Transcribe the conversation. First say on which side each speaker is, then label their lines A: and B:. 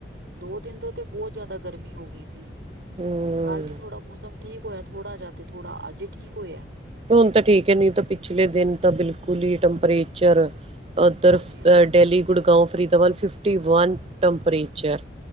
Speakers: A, on the right; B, on the right.
A: ਦੋ ਦਿਨ ਤੋਂ ਤੇ ਬਹੁਤ ਜ਼ਿਆਦਾ ਗਰਮੀ ਹੋ ਗਈ ਸੀ
B: ਹਮ
A: ਕੱਲ ਹੀ ਥੋੜ੍ਹਾ ਮੌਸਮ ਠੀਕ ਹੋਇਆਥੜ੍ਹਾ ਜਾਥੋੜ੍ਹਾ ਅਜ ਠੀਕ ਹੋਇਆ
B: ਹੁਣ ਤਾਂ ਠੀਕ ਹੈ। ਨਹੀ ਤਾਂ ਪਿਛਲੇ ਦਿਨ ਤਾਂ ਬਿਲਕੁਲ ਹੀ ਟੈਂਪਰੇਚਰ ਉਧਰ
A: ਹਾਂਜੀ ਹਾਂਜੀ
B: Delhi Gurgaon Faridabad fifty one temperature